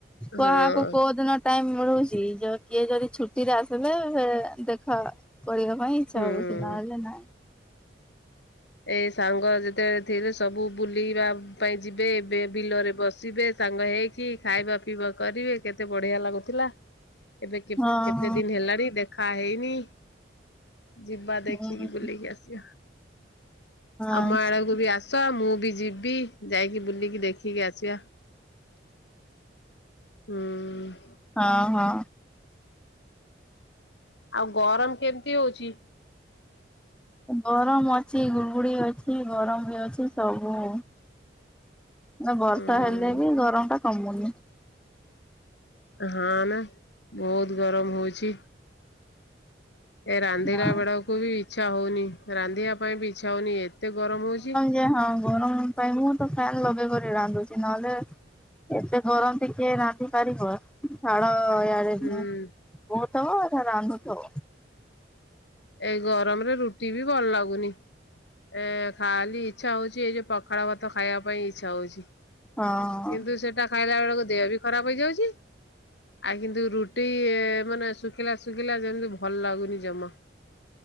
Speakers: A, on the left (about 70°); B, in the centre.
A: ହଁ
B: କାହାକୁ କୋଉ ଦିନ ଟାଇମ୍ ମିଳୁଛି ଯ କିଏ ଯଦି ଛୁଟିରେ ଆସିଲେ ଫେର୍ ଦେଖା ହେବା। କରିବା ପାଇଁ ଇଚ୍ଛା
A: ହୁଁ।
B: ହଉଛି ନହେଲେ ନାଇଁ।
A: ଏ ସାଙ୍ଗ ଯେତେବେଳେ ଥିଲେ ସବୁ ବୁଲିବା ପାଇଁ ଯିବେ ଏବେ ବିଲରେ ବସିବେ ସାଙ୍ଗ ହେଇ। କି, ଖାଇବା ପିଇବା କରିବେ କେତେ ବଢିଆ ଲାଗୁଥିଲା। ଏବେ କେ
B: ହଁ
A: କେତେ ଦିନ ହେଲାଣି ଦେଖା ହେଇନି। ଯିବା ଦେଖିକି
B: ହଁ
A: ବୁଲିକି ଆସିବା। ଆମ
B: ଆଚ୍ଛା
A: ଆଡକୁ ବି ଆସ ମୁଁ ବି ଯିବି ଯାଇକି ବୁଲିକି ଦେଖିକି ଆସିବା। ହୁଁ।
B: ହଁ ହଁ।
A: ଆଉ ଗରମ କେମିତି ହଉଛି?
B: ଗରମ ଅଛି ଗୁଡ଼ଗୁଡି ଅଛି ଗରମ ବି ଅଛି ସବୁ ନା ବର୍ଷା
A: ଉଁ
B: ହେଲେ ବି ଗରମଟା କମୁନି।
A: ହଁ ନା, ବହୁତ ଗରମ ହଉଛି। ଏ ରାନ୍ଧିଲା
B: ହଁ
A: ବେଳକୁ ବି ଇଚ୍ଛା ହଉନି ରାନ୍ଧିବା ପାଇଁ ବି ଇଚ୍ଛା ହଉନି ଏତେ ଗରମ ହଉଛି।
B: ଯେ ହଁ ଗରମ ପାଇଁ ମୁଁ ତ ଫ୍ୟାନ୍ ଲଗେଇକି କରି ରାନ୍ଧୁଛି ନହେଲେ ଏତେ ଗରମ ଯେ କିଏ ରାନ୍ଧି ପାରିବ? ଝାଳ ୟାଡେ
A: ହୁଁ।
B: ବୋହୁଥବ ସେଆଡେ ରାନ୍ଧୁଥିବ।
A: ଏଇ ଗରମରେ ରୁଟି ବି ଭଲ ଲାଗୁନି। ଏ ଖାଲି ଇଚ୍ଛା ହଉଛି ଏଇ ଯୋଉ ପଖାଳ ଭାତ ଖାଇବା ପାଇଁ ଇଚ୍ଛା ହଉଛି।
B: ହଁ
A: କିନ୍ତୁ ସେଟା ଖାଇଲା ବେଳକୁ ଦେହ ବି ଖରାପ ହେଇଯାଉଛି। ଆଉ କିନ୍ତୁ ରୁଟି-ଇ-ଇ-ଇ ମାନେ ଶୁଖିଲା ଶୁଖିଲା ଯେମିତି ଭଲ ଲାଗୁନି ଜମା।